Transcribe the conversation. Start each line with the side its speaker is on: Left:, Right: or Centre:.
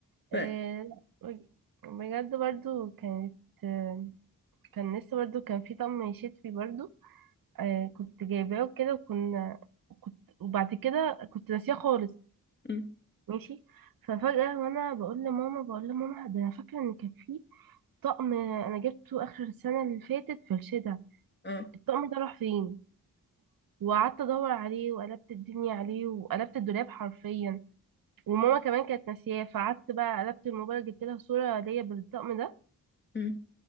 Left: ف
Right: إيه، لا، بجد برضو كانت آه، كان لسه برضو كان في طقم شتوي برضو آه كنت جايباه وكده وكنا كنت وبعد كده كنت ناسياه خالص
Left: م.
Right: ماشي ففجأة وانا بقول لماما بقول لماما ده انا فاكرة ان كان في طقم انا جبته اخر السنة اللي فاتت في الشتا
Left: اه
Right: الطقم ده راح فين وقعدت ادور عليه وقلبت الدنيا عليه وقلبت الدولاب حرفيا وماما كمان كانت ناسياه فقعدت بقى قلبت الموبايل جبت لها صورة ليا بالطقم ده
Left: م.